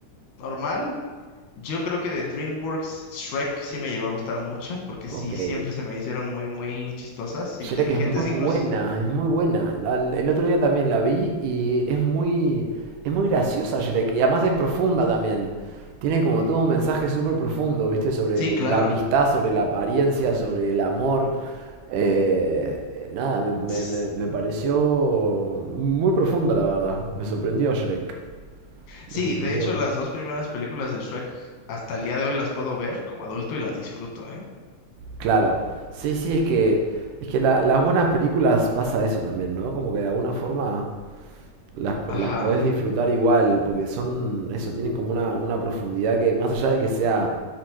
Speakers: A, on the left; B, on the right.
A: normal. Yo creo que de DreamWorks Shrek sí me llegó a gustar mucho, porque sí,
B: Ok.
A: siempre se me hicieron muy, muy chistosas,
B: Shrek
A: inteligentes
B: es muy
A: incluso.
B: buena, es muy buena. La- el otro día también la vi y es muy, es muy graciosa Shrek. Y además es profunda también. Tiene como todo un mensaje súper profundo, ¿viste? Sobre
A: Sí, claro.
B: la amistad, sobre la apariencia, sobre el amor. Eh, nada, me, me-
A: S-
B: me- me pareció muy profunda, la verdad. Me sorprendió Shrek.
A: Sí,
B: Me sorprendió.
A: de hecho las dos primeras películas de Shrek hasta el día de hoy las puedo ver como adulto y las disfruto, ¿eh?
B: Claro. Sí, sí, es que, es que la- las buenas películas pasa eso también, ¿no? Como que de alguna forma Las, las
A: Ajá.
B: podés disfrutar igual, porque son, eso, tienen como una, una profundidad que, más allá de que sea